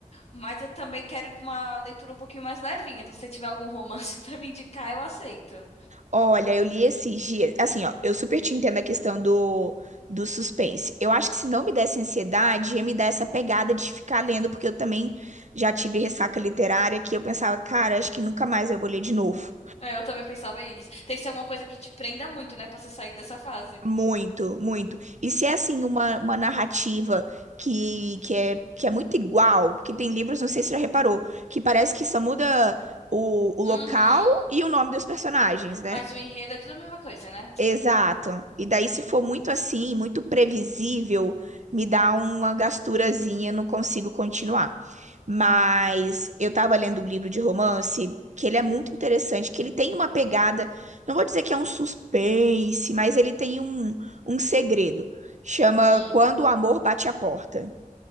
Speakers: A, on the left; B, on the right.
A: Mas eu também quero uma leitura um pouquinho mais levinha, então se você tiver algum romance <laughs> pra me indicar, eu aceito.
B: Olha, eu li esses dias. Assim, ó, eu super te entendo a questão do, do suspense. Eu acho que se não me desse ansiedade, ia me dar essa pegada de ficar lendo, porque eu também já tive ressaca literária que eu pensava, cara, acho que nunca mais eu vou ler de novo.
A: É, eu também pensava isso. Tem que ser alguma coisa que te prenda muito, né, pra você sair dessa fase.
B: Muito, muito. E se é assim, uma, uma narrativa que, que é, que é muito igual, porque tem livros, não sei se você já reparou, que parece que só muda o, o local
A: Uhum.
B: e o nome dos personagens, né?
A: Mas o enredo é tudo a mesma coisa, né?
B: Exato. E daí, se for muito assim, muito previsível, me dá uma gasturazinha, não consigo continuar. Mas eu tava lendo um livro de romance que ele é muito interessante, que ele tem uma pegada, não vou dizer que é um suspense, mas ele tem um, um segredo. Chama
A: Hum.
B: Quando o Amor Bate a Porta.